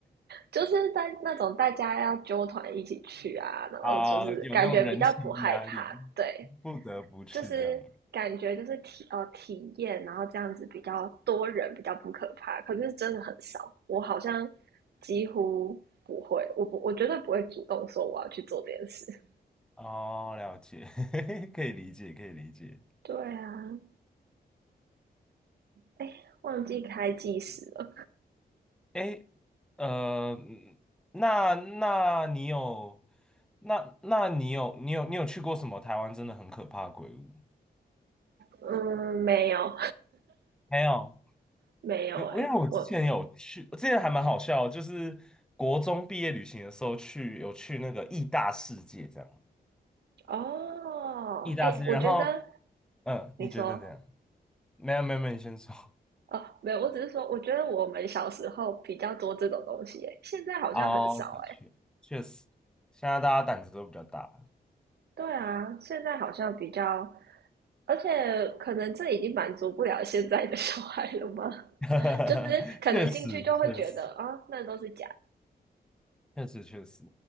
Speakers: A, on the right; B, in the centre.
A: 就是在那种大家要揪团一起去啊，
B: <laughs>
A: 然后就是感觉比较不害怕，
B: 啊？有那种人情压力，
A: 对，
B: 不得不去这样。
A: 就是感觉就是体哦体验，然后这样子比较多人比较不可怕，可是真的很少，我好像几乎不会，我不我绝对不会主动说我要去做这件事。
B: 哦，了解，<laughs> 可以理解，可以理解。
A: 对啊，哎，忘记开计时了，
B: 哎，呃，嗯那那你有，那那你有，你有，你有去过什么台湾真的很可怕的鬼屋？
A: 嗯，没有
B: 没有，
A: 没有、
B: 因为因为我之前有去，
A: 欸哎，我
B: 之前还蛮好笑的就是国中毕业旅行的时候去，有去那个义大世界这样，
A: 哦，
B: 义大世界，
A: 哎，我觉得
B: 然后嗯，
A: 你说。
B: 你觉得怎样？没有没有没有，你先说。
A: 哦，没有，我只是说，我觉得我们小时候比较多这种东西诶，现在好像很少诶。
B: 哦，的确，确实，现在大家胆子都比较大。
A: 对啊，现在好像比较，而且可能这已经满足不了现在的小孩了吗？
B: <laughs>
A: <laughs> 就是可能进去就会觉得啊，
B: 确实，确实，
A: 那都是假
B: 确实，确实，